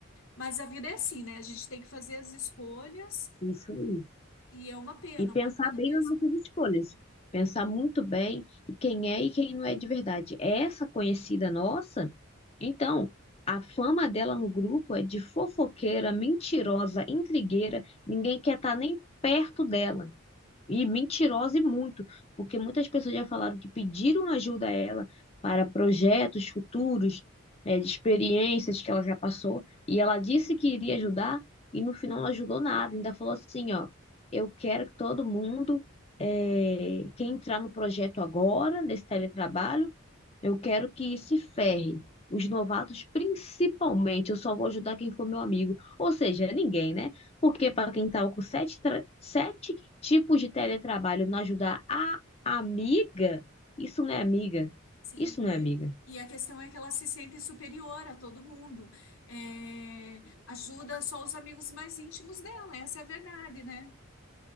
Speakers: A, on the left; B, on the left.
A: mas a vida é assim, né? A gente tem que fazer as escolhas
B: isso aí.
A: e é uma pena,
B: E pensar
A: uma pena
B: bem
A: mesmo.
B: nas nossas escolhas. Pensar muito bem em quem é e quem não é de verdade. Essa conhecida nossa, então, a fama dela no grupo é de fofoqueira, mentirosa, intrigueira, ninguém quer estar nem perto dela. E mentirosa e muito, porque muitas pessoas já falaram que pediram ajuda a ela para projetos futuros, eh, de experiências que ela já passou, e ela disse que iria ajudar, e no final não ajudou nada, ainda falou assim, ó, eu quero que todo mundo, eh, quem entrar no projeto agora, nesse teletrabalho, eu quero que se ferre. Os novatos, principalmente, eu só vou ajudar quem for meu amigo. Ou seja, ninguém, né? Porque para quem estava com sete, tra- sete tipos de teletrabalho não ajudar a amiga, isso não é amiga.
A: Sim,
B: Isso não é amiga.
A: e, e a questão é que ela se sente superior a todo mundo. É, ajuda só os amigos mais íntimos dela, essa é a verdade, né?